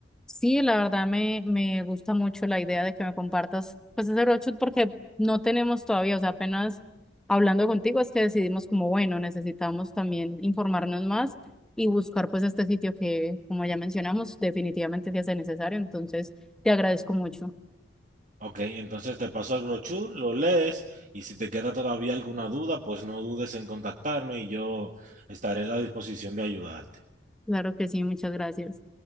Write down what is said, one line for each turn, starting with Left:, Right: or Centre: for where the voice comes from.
Centre: Sí, la verdad me, me gusta mucho la idea de que me compartas pues ese roadshoot porque no tenemos todavía, o sea, apenas hablando contigo es que decidimos como, bueno, necesitamos también informarnos más y buscar pues este sitio que, como ya mencionamos, definitivamente se hace necesario. Entonces, te agradezco mucho.
Right: Ok, entonces te paso el brochure, lo lees y si te queda todavía alguna duda, pues no dudes en contactarme y yo estaré a la disposición de ayudarte.
Centre: Claro que sí, muchas gracias.